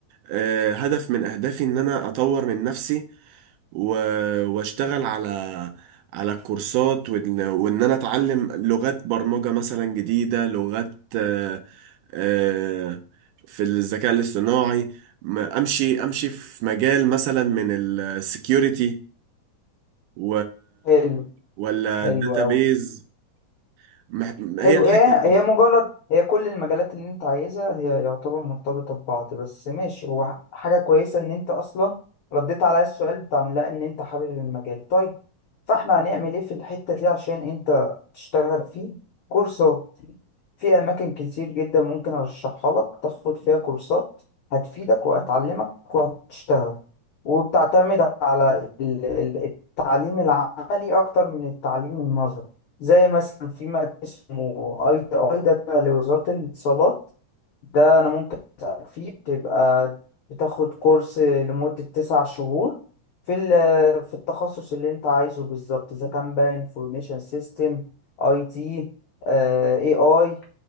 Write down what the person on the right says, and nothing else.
آه، هدف من اهدافي ان انا اطور من نفسي و- واشتغل على على الكورسات وان وإن انا اتعلم لغات برمجة مثلا جديدة لغات آه، آه، في الذكاء الاصطناعي م- امشي امشي في مجال مثلا من السكيورتي و...
ولا
الداتابيز
مح...
هي الحتة
دي